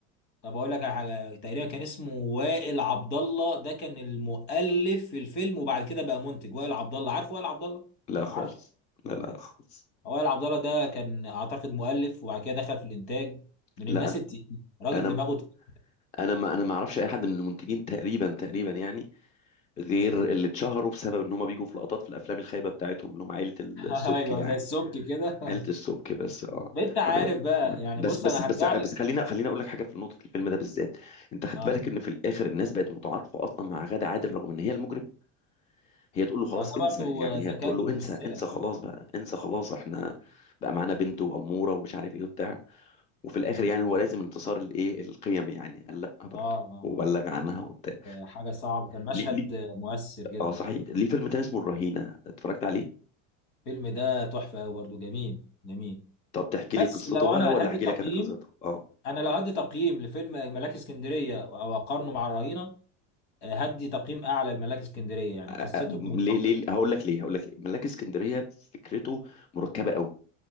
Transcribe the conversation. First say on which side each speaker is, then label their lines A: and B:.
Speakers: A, on the left (about 50°); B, on the left (about 20°).
A: طب اقول لك على حاجه تقريبا كان اسمه وائل عبد الله ده كان المؤلف في الفيلم وبعد كده بقى منتج وائل عبد الله عارف وائل عبد الله؟
B: لا خالص
A: عارف
B: لا لا خالص
A: وائل عبد الله ده كان اعتقد مؤلف وبعد كده دخل في الانتاج من
B: لا
A: الناس التقيله راجل
B: انا
A: دماغه تقيل
B: انا ما انا ما اعرفش اي حد من المنتجين تقريبا تقريبا يعني غير
A: مم.
B: اللي اتشهروا بسبب ان هم بيجوا في لقطات في الافلام الخايبه بتاعتهم اللي هم عائله السبك
A: <laughs> ايوه
B: يعني
A: زي السبك كده <laughs>
B: عائله السبك بس اه
A: ده انت عارف
B: واخد بالك؟
A: بقى يعني
B: بس
A: بص
B: بس
A: انا
B: بس
A: هرجع لك
B: بس خلينا خلينا اقول لك حاجه في نقطه الفيلم ده بالذات انت خدت
A: اه
B: بالك ان في الاخر الناس بقت متعاطفه اصلا مع غادة عادل رغم ان هي المجرم هي تقول له خلاص
A: ما ده
B: انسى
A: برضو
B: يعني
A: ذكاء
B: هي تقول
A: من
B: له
A: الممثله
B: انسى انسى خلاص بقى انسى خلاص احنا بقى معانا
A: مم.
B: بنت واموره ومش عارف ايه وبتاع وفي الاخر
A: مم.
B: يعني هو لازم انتصار الايه القيم يعني قال لا برضه
A: اه اه اه
B: وبلغ عنها
A: كانت
B: وبتاع
A: حاجة صعبة كان مشهد
B: ليه
A: مؤثر جدا
B: اه صحيح ليه فيلم تاني اسمه الرهينة اتفرجت عليه
A: الفيلم ده تحفة أوي برضه جميل جميل
B: طب تحكي
A: بس
B: لي قصته
A: لو
B: بقى
A: أنا
B: ولا
A: هدي
B: احكي
A: تقييم
B: لك انا قصته اه
A: أنا لو هدي تقييم لفيلم ملاك اسكندرية أو أقارنه مع الرهينة هدي تقييم أعلى لملاك اسكندرية يعني
B: أ-
A: قصته
B: أ-
A: كانت
B: ليه
A: أقوى
B: ليه هقول لك ليه هقول لك ليه ملاك اسكندرية فكرته مركبة قوي